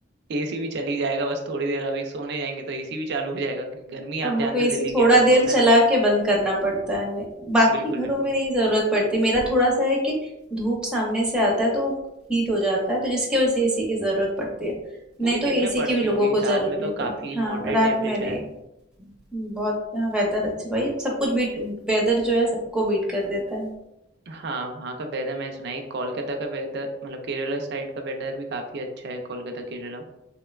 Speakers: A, on the right; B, in the centre.
A: एसी भी चली जाएगा बस थोड़ी देर अभी सोने जाएंगे तो एसी भी चालू हो जाएगा क्योंकि गर्मी
B: तो हम
A: आप जानते
B: लोग को एसी
A: हो दिल्ली
B: थोड़ा
A: के में
B: देर
A: को होता
B: चला
A: है
B: के बंद करना पड़ता है नहीं- बाकी
A: बिल्कुल
B: घरों
A: बिल्कुल
B: में नहीं ज़रूरत पड़ती मेरा थोड़ा सा है कि धूप सामने से आता है तो हीट हो जाता है तो जिसकी वजह से एसी की ज़रूरत पड़ती है
A: वो
B: नहीं
A: भी दिन
B: तो
A: में
B: एसी
A: पड़ती
B: की भी लोगों
A: होगी
B: को
A: रात
B: ज़रूरत
A: में तो
B: नहीं पड़ती
A: काफी
B: हाँ
A: मॉडरेट
B: रात
A: टेम्परेचर
B: में नहीं
A: है
B: बहुत हाँ वेदर अच्छा भाई सब कुछ बीट वेदर जो है सबको बीट कर देता है
A: हाँ वहाँ का वेदर मैंने सुना है कोलकाता का वेदर मतलब केरला साइड का वेदर भी काफी अच्छा है कोलकाता केरला